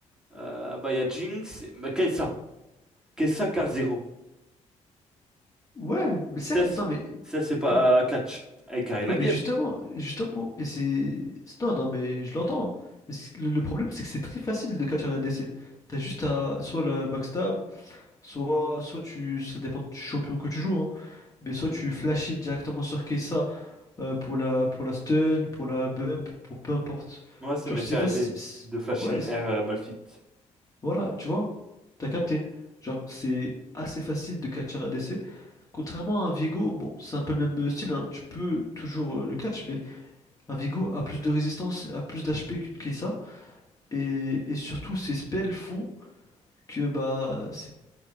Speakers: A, in the centre; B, on the left.
A: euh, bah il y a Jinx, mais Kai'Sa. Kai'Sa 15-0.
B: Ouais, mais certes,
A: Ça, c'est-
B: non mais,
A: ça c'est pas
B: non, mais-
A: euh, catch. Avec carré la
B: ouais mais
A: game.
B: justement, justement, et c'est, c'est- non non mais je l'entends. hein. Mais c'est- le le problème, c'est que c'est très facile de catch un ADC. T'as juste à soit le backstab, soit, soit tu, ça dépend du champion que tu joues. hein. Mais soit tu flashes directement sur Kessa euh, pour la, pour la stun, pour la bump, pour peu importe.
A: Moi, ça
B: Genre,
A: m'est
B: c'est
A: déjà
B: facile.
A: arrivé
B: c'est-
A: de flash
B: Ouais,
A: in air
B: c'est-
A: euh, Malphite.
B: voilà, tu vois, t'as capté. Genre, c'est assez facile de catch un ADC. Contrairement à un Viego, bon, c'est un peu le même style, hein, Tu peux toujours euh, le catch, mais un Viego a plus de résistance, a plus d'HP qu'une Kessa. Et, et surtout, ses spells font que bah, c'est